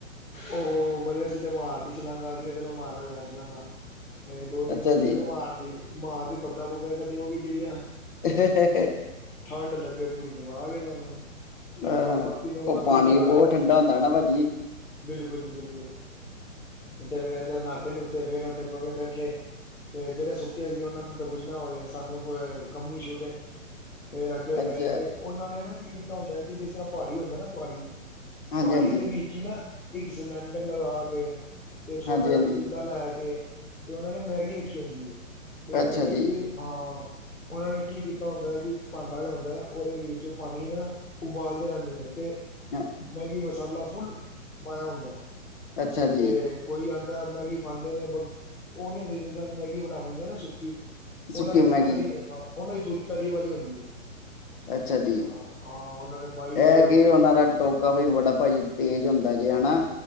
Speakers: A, on the left; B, on the left.
A: ਉਹ ਹੋ ਬਈ ਅਸੀ ਤੇ ਮਾਰਤੀ ਸ਼ਲਾਂਘਾ, ਅਸੀ ਕਿਹਾ ਚਲੋ ਮਾਰੋ ਯਾਰ ਸ਼ਲਾਂਘਾ। ਇਹ ਦੋ ਤਿੰਨ
B: ਅੱਛਾ
A: ਬੰਦਿਆਂ
B: ਜੀ
A: ਨੇ ਤੇ ਮਾਰਤੀ, ਮਾਰ ਕੇ ਪੱਗਾਂ ਪੁੱਗਾਂ ਸਾਡੀਆਂ ਹੋ ਗੀ ਗਿਲੀਆਂ।
B: <unintelligible>
A: ਠੰਢ ਲੱਗੇ ਪੂਰੀ ਦਬਾ ਕੇ ਸਾਨੂੰ ਅਸੀ
B: ਅ
A: ਕਿਹਾ, ਬਾਕੀ ਨੂੰ ਬਾਕੀ
B: ਉਹ ਪਾਣੀ
A: ਨੂੰ ਕਹੋ ਆ
B: ਬਹੁਤ
A: ਜੋ।
B: ਠੰਡਾ ਹੁੰਦਾ ਨਾ ਭਾਜੀ
A: ਬਿਲਕੁਲ ਜੀ ਬਿਲਕੁਲ, ਤੇ ਫੇਰ ਨਾਤੇ ਨੁਤੇ ਫੇਰ ਉੱਥੇ ਬਵੇ ਬੈਠੇ। ਤੇ ਜਿਹੜੇ ਸੁੱਕੇ ਸੀ, ਉਹਨਾਂ ਨੂੰ ਤਾਂ ਕੁੱਝ ਨਾ ਹੋਵੇ, ਸਾਨੂੰ ਕੋ ਕੰਬਣੀ ਛੂਟੇ। ਫੇਰ ਅੱਗੇ
B: ਅੱਛਾ
A: ਗਏ, ਫੇਰ ਉਹਨਾਂ ਨੇ ਨਾ ਕੀ ਕੀਤਾ ਹੁੰਦਾ ਕਿ ਜਿਸ ਤਰ੍ਹਾਂ ਪਹਾੜੀ ਹੁੰਦਾ ਨਾ ਪਹਾੜੀ
B: ਹਾਂਜੀ
A: ਪਹਾੜੀ
B: ਹਾਂਜੀ
A: ਦੇ ਵਿੱਚ ਹੀ ਨਾ ਇੱਕ ਸਿਲੰਡਰ ਲਗਾ ਕੇ ਤੇ ਛੋਟਾ
B: ਹਾਂਜੀ
A: ਜਿਹਾ
B: ਹਾਂਜੀ
A: ਪਤੀਲਾ ਲੈ ਕੇ, ਤੇ ਉਹਨਾਂ ਨੇ ਮੈਗੀ ਰੱਖੀ ਹੁੰਦੀ ਏ। ਤੇ ਮਤਲਬ
B: ਅੱਛਾ ਜੀ
A: ਕਿ ਹਾਂ, ਉਹਨਾਂ ਨੇ ਕੀ ਕੀਤਾ ਹੁੰਦਾ ਏ ਇੱਕ ਭਾਂਡਾ ਜਿਹਾ ਹੁੰਦਾ, ਉਹਦੇ ਵਿੱਚ ਪਾਣੀ ਨਾ ਉਬਾਲਦੇ ਰਹਿੰਦੇ ਨੇ, ਤੇ
B: ਹਾਂ,
A: ਮੈਗੀ ਮਸਾਲਾ ਫੁੱਲ ਪਾਇਆ ਹੁੰਦਾ
B: ਅੱਛਾ
A: ਤੇ
B: ਜੀ
A: ਕੋਈ ਆ ਮੈਗੀ ਪਾਂਦੇ ਨੇ ਬ, ਉਹ ਨੀ ਹੁੰਦੀ ਸਾਨੂੰ ਮੈਗੀ ਬਣਾ ਦਿੰਦੇ ਨਾ ਸੁੱਕ ਉਹਨਾਂ
B: ਸੁੱਕੀ
A: ਦੀ ਹੁੰਦੀ
B: ਮੈਗੀ
A: ਤਰੀ ਹਾਂ, ਉਹਨਾਂ ਦੀ ਤਰੀ ਤਰੀ ਵਾਲੀ ਹੁੰਦੀ ਆ।
B: ਅੱਛਾ ਜੀ
A: ਹਾਂ, ਹਾਂ। ਨੇ ਪਾਈ ਫਿਰ
B: ਇਹ ਕੀ ਉਹਨਾਂ ਦਾ ਟੋਕਾ ਵੀ ਬੜਾ ਪਾਜੀ ਤੇਜ਼ ਹੁੰਦਾ ਜੇ ਹਨਾਂ।